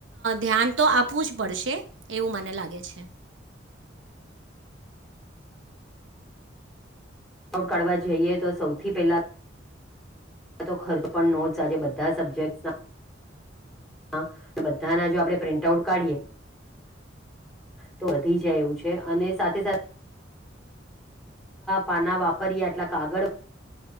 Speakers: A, on the right; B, in the centre.
A: ધ્યાન તો આપવું જ પડશે એવું મને લાગે છે
B: <inaudible> આઉટ કાઢવા જઈએ તો સૌથી પહેલા અં તો ખર્ચ પણ નોટ્સ આજે બધા સબ્જેક્ટ્સ હા બધાના જો આપડણે પ્રિન્ટ આઉટ કાઢીએ તો વધી જાય એવું છે અને સાથે સાથે પાના વાપર્યા એટલા કાગળ